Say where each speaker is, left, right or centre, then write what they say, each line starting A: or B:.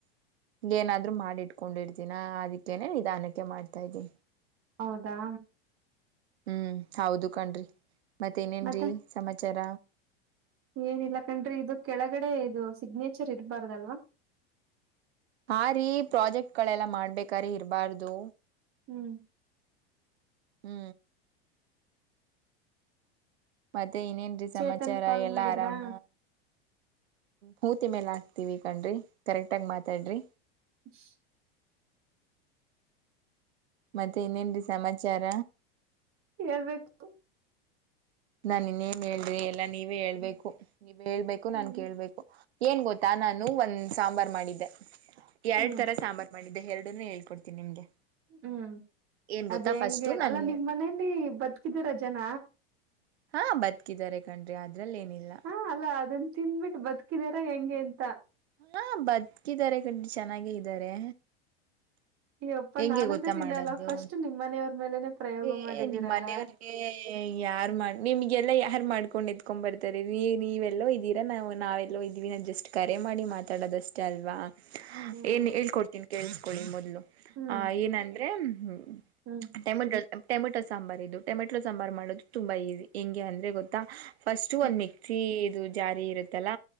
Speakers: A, on the right (about 80°); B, on the right (about 45°).
A: ಏನಾದ್ರು ಮಾಡಿ ಇಟ್ಕೊಂಡಿರ್ತಿನ ಅದಕ್ಕೇನೇ ನಿಧಾನಕ್ಕೆ ಮಾಡ್ತಾ ಇದ್ದ
B: ಹೌದಾ.
A: ಹ್ಮ್ ಹೌದು ಕಣ್ರಿ. ಮತ್ತ ಇನೇನ್ರೀ
B: ಮತ್ತೆ
A: ಸಮಾಚಾರ.
B: ಏನಿಲ್ಲ ಕಂಡ್ರಿ ಇದು ಕೆಳಗಡೆ ಇದು ಸಿಗ್ನೇಚರ್ ಇರಬಾರ್ದಲ್ವಾ,
A: ಹ ರೀ ಪ್ರಾಜೆಕ್ಟ್ ಗಳೆಲ್ಲ ಮಾಡ್ಬೇಕ್ರೀ ಇರ್ಬಾರ್ದು.
B: ಹ್ಮ್
A: ಹ್ಮ್ ಮತ್ತೆ ಇನ್ನೇನ್ರೀ ಸಮಾಚಾರ
B: ಚೇತನ್ ಕಾಲ್
A: ಎಲ್ಲಾ
B: ಮಾಡಿದ್ರಾ
A: ಆರಾಮ ಮೂತಿ <unintelligible> ಮೇಲ್ಲ ತೀವಿ ಕಣ್ರಿ ಕರೆಕ್ಟ್ ಆಗಿ ಮಾತಾಡ್ರಿ
B: <unintelligible>
A: ಮತ್ತೆ ಇನ್ನೇನ್ರಿ ಸಮಾಚಾರ
B: ಹೇಳ್ಬೇಕು
A: ನಾನ್ ಇನ್ನೇನ್ ಹೇಳಿ ಎಲ್ಲ <unintelligible> ನೀವೇ ಹೇಳ್ಬೇಕು
B: ಹ್ಮ್
A: ನೀವು ಹೇಳ್ಬೇಕು
B: ಹ್ಮ್
A: ನಾನ್ ಕೇಳ್ಬೇಕು. ಏನ್ ಗೊತ್ತಾ ನಾನು ಒಂದ್ ಸಾಂಬಾರ್ ಮಾಡಿದ್ದೆ. ಎರಡ್
B: ಹ್ಮ್
A: ತರ ಸಾಂಬಾರ್ ಮಾಡಿ <unintelligible> ಇದು ಎರಡೂನು ಹೇಳ್ಕೊಡ್ತನಿ ನಿಮ್ಗೆ.
B: ಹ್ಮ್
A: ಏನ್ ಗೊತ್ತಾ
B: ಅದ ಹೆಂಗೆ
A: ಫಸ್ಟು ನನ್ಗೆ
B: ಅಲ್ಲಾ ನಿಮ್ ಮನೇಲಿ ಬದುಕಿದಾರಜನ.
A: ಹಾ ಬದುಕಿದಿದ್ದಾರೆ ಕಣ್ರಿ ಅದ <unintelligible> ಅದ್ರಲ್ಲಿ ಏನಿಲ್ಲ.
B: ಹಾ ಅಲ್ಲ ಅದನ್ನ ತಿಂದ್ಬಿಟ್ಟು ಬದುಕಿದಾರ ಹೆಂಗೆ ಅಂತ.
A: ಹಾ ಬದಕಿದ್ದಾರೆ ಕನ್ <unintelligible> ಚೆನ್ನಾಗೇ ಇದ್ದಾರೆ.
B: ಅಯ್ಯಪ್ಪ
A: ಹೆಂಗೆ
B: ನಾನಂತೂ
A: ಗೊತ್ತಾ
B: ತಿನ್ನಲ್ಲ
A: ಮಾಡದು
B: ಫಸ್ಟ್ ನಿಮ್ಮ್ ಮನೆಯವ್ರ ಮೇಲೆನೆ ಪ್ರಯೋಗ
A: ಏ
B: ಮಾಡಿದೀರಲ್ಲ.
A: ನಿಮ್ಮ್ ಮನೆಯವ್ರಿಗೆ ಯಾರ್ ಮಾಡ ನಿಮ್ಗೆಲ್ಲ ಯಾರ್ ಮಾಡ <unintelligible> ಇತ್ಕೊಂಡು ಎತ್ಕೊಂಡ್ ಬರ್ತಾರೆ ನೀ ನೀವೆಲ್ಲೋ ಇದ್ದೀರಾ ನಾವು ನಾವೆಲ್ಲೋ ಇದ್ದೀವಿ ನಾ ಜಸ್ಟ್ ಕರೆ ಮಾಡಿ ಮಾತಾಡೋದಷ್ಟೇ ಅಲ್ವಾ.
B: ಹ್ಮ್
A: ಏನ್ ಹೇಳ್ಕೊಡ್ತೀನಿ ಕೇಳಸ್ಕೊಳ್ಳಿ ಮೊದ್ಲು.
B: ಹ್ಮ್
A: ಆ ಏನಂದ್ರೆ ಹ್ಮ
B: ಹ್ಮ್
A: ಟೈಮ್ <unintelligible> ಟೆಮಟೋ ಸಾಂಬಾರ ಇದು ಟೆಮೆಟೊ <unintelligible> <unintelligible> ಟ್ ಸಾಂಬಾರ್ ಮಾಡುದುದು ತುಂಬಾ ಈಜಿ ಹೆಂಗೆ ಅಂದ್ರೆ ಗೊತ್ತಾ. ಫಸ್ಟ್
B: ಹ್ಮ್
A: ಒಂದ್ ಮಿಕ್ಸಿ <unintelligible> ಅದು ಜಾರಿ ಇರುತ್ತಲ್ಲ